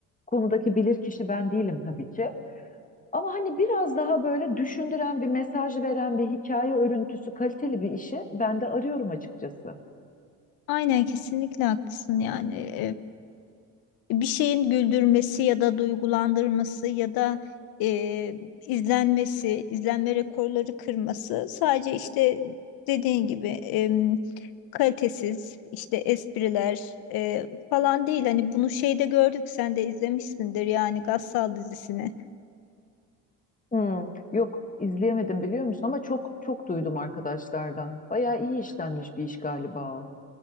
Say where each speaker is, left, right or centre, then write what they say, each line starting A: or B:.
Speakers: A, on the left (about 20°); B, on the left (about 75°).
A: konudaki bilirkişi ben değilim tabii ki. Ama hani biraz daha böyle düşündüren bir mesaj veren bir hikaye örüntüsü kaliteli bir işi ben de arıyorum açıkçası.
B: Aynen kesinlikle haklısın yani. bir şeyin güldürmesi ya da duygulandırması ya da e, izlenmesi, izlenme rekorları kırması sadece işte dediğin gibi em, kalitesiz işte espriler e, falan değil. Hani bunu şeyde gördük sen de izlemişsindir yani Gassal dizisini.
A: Hmm, yok izleyemedim biliyor musun ama çok çok duydum arkadaşlardan. Bayağı iyi işlenmiş bir iş galiba o.